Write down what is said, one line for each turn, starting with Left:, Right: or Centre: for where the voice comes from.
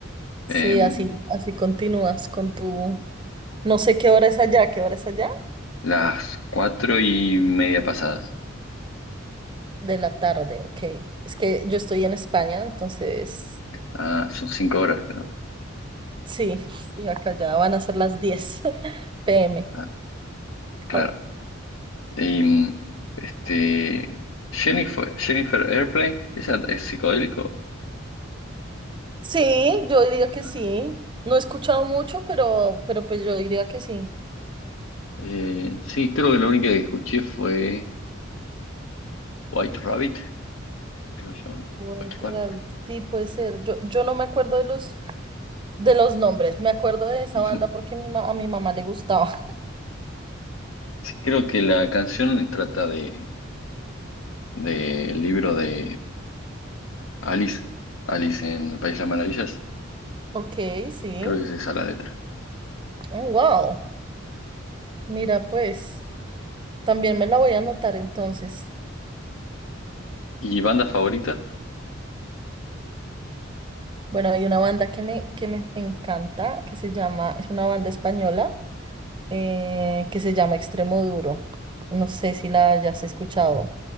Right: Sí,
Left: Em,
Right: así, así continúas con tu... No sé qué hora es allá, ¿qué hora es allá?
Left: las cuatro y media pasadas.
Right: De la tarde, ok. Es que yo estoy en España, entonces,
Left: Ah, son cinco horas, creo.
Right: sí, y acá ya van a ser las 10 pm.
Left: Ah,
Right: <laughs>
Left: claro.
Right: Au.
Left: Y, este, Jennifer, Jennifer Airplane, ¿esa es psicodélico?
Right: Sí, yo diría que
Left: No,
Right: sí.
Left: no.
Right: No he escuchado mucho, pero, pero pues yo diría que sí.
Left: Eh, sí, creo que la única que escuché fue White Rabbit, creo que se llama.
Right: White
Left: White Rabbit.
Right: Rabbit, sí, puede ser. Yo, yo no me acuerdo de los, de los nombres, me acuerdo de esa
Left: <laughs>
Right: banda porque mi ma- a mi mamá le gustaba.
Left: Sí, creo que la canción trata de, del libro de Alice, Alice en el País de las Maravillas.
Right: Ok, sí.
Left: Creo que es esa la letra.
Right: Oh, wow. Mira, pues, también me la voy a anotar entonces.
Left: ¿Y banda favorita?
Right: Bueno, hay una banda que me, que me encanta, que se llama, es una banda española, eh, que se llama Extremoduro. No sé si la hayas escuchado.